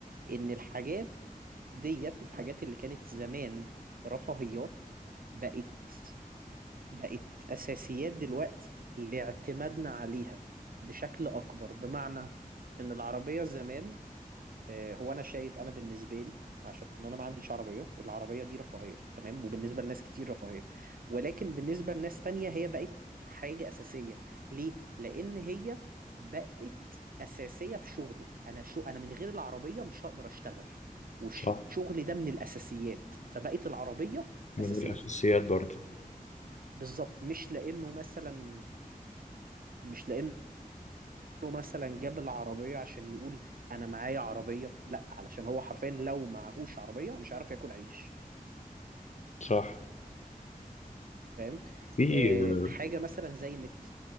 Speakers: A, on the right; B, on the left.
A: ان الحاجات ديت الحاجات اللي كانت زمان رفاهيات بقت بقت اساسيات دلوقتي لاعتمادنا عليها بشكل اكبر بمعنى ان العربية زمان آه، هو انا شايف انا بالنسبه لي عشان انا ما عنديش عربيه العربيه دي رفاهيه تمام وبالنسبه لناس كتير رفاهيه ولكن بالنسبه لناس تانية هي بقت حاجه اساسيه ليه لان هي بقت اساسيه في شغله انا شو انا من غير العربيه مش هقدر اشتغل والشغل
B: صح
A: ده من الاساسيات فبقت العربيه
B: من
A: اساسيه
B: الأساسيات برضو
A: بالظبط مش لانه مثلا مش لانه له مثلا جاب العربية عشان يقول أنا معايا عربية لأ علشان هو حرفيا لو معهوش عربية مش هيعرف ياكل عيش
B: صح
A: فاهم
B: في
A: آه،
B: آه،
A: حاجة مثلا زي النت